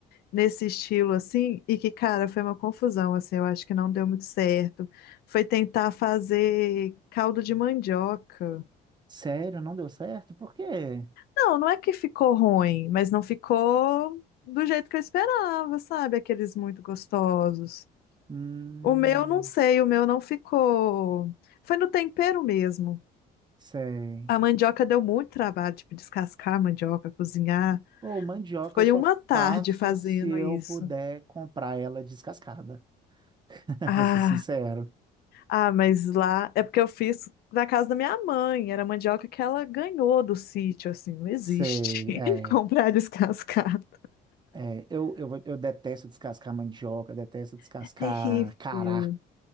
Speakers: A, on the left; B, on the right.
A: nesse estilo assim, e que, cara, foi uma confusão, assim, eu acho que não deu muito certo. Foi tentar fazer caldo de mandioca.
B: Sério, não deu certo? Por quê?
A: Não, não é que ficou ruim, mas não ficou do jeito que eu esperava, sabe? Aqueles muito gostosos.
B: Hum,
A: O meu, não sei, o meu não ficou. Foi no tempero mesmo.
B: sei.
A: A mandioca deu muito trabalho, tipo, descascar a mandioca, cozinhar.
B: Ou mandioca
A: Foi
B: eu só
A: uma tarde
B: faço
A: fazendo
B: se eu
A: isso.
B: puder comprar ela descascada. <laughs>
A: Ah,
B: Vou ser sincero.
A: ah, mas lá é porque eu fiz da casa da minha mãe. Era mandioca que ela ganhou do sítio, assim, não existe
B: Sei, é.
A: <laughs> comprar descascado.
B: é, eu, eu, eu detesto descascar mandioca, detesto descascar
A: É terrível.
B: cará.